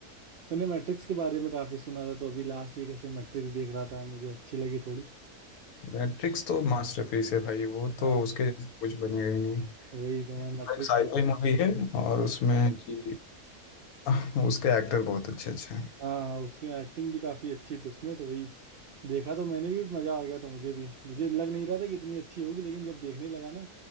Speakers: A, on the right (about 85°); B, on the left (about 75°).
A: मैंने मैट्रिक्स के बारे में काफी सुना था तो अभी लास्ट वीक ऐसे मैट्रिक्स देख रहा था मुझे अच्छी लगी थोड़ी
B: ट्रिक्स तो मास्टरपीस है भाई वो
A: हाँ
B: तो उसके जैसे कुछ बनेगा ही नहीं
A: वही तो मैं मैट्रिक्स
B: एक साईफाई
A: देख
B: मूवी है और
A: रहा
B: उसमें
A: हूँ।
B: कि आह, उसके एक्टर बहुत अच्छे अच्छे हैं
A: हाँ हाँ उसकी एक्टिंग भी काफी अच्छी थी उसमें तो वही देखा तो मैंने भी मजा आ गया था मुझे भी मुझे लग नहीं रहा था कि इतनी अच्छी होगी लेकिन जब देखने लगा ना